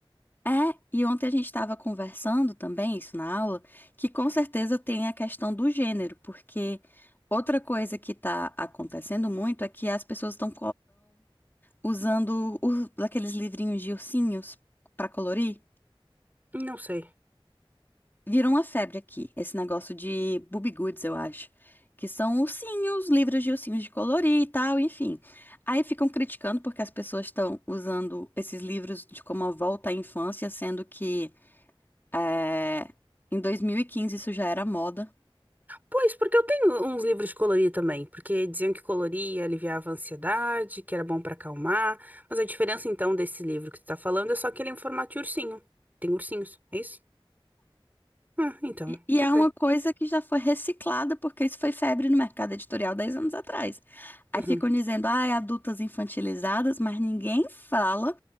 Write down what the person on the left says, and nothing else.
É, e ontem a gente estava conversando também, isso na aula, que com certeza tem a questão do gênero, porque outra coisa que está acontecendo muito é que as pessoas estão usando os- aqueles livrinhos de ursinhos para colorir.
Virou uma febre aqui, esse negócio de Boobie Goods, eu acho, que são ursinhos, livros de ursinhos de colorir e tal, enfim. Aí ficam criticando porque as pessoas estão usando esses livros de como a volta à infância, sendo que É, em 2015 isso já era moda.
E, e
é uma coisa que já foi reciclada, porque isso foi febre no mercado editorial 10 anos atrás. Aí
ficam dizendo, ah, é adultas infantilizadas, mas ninguém fala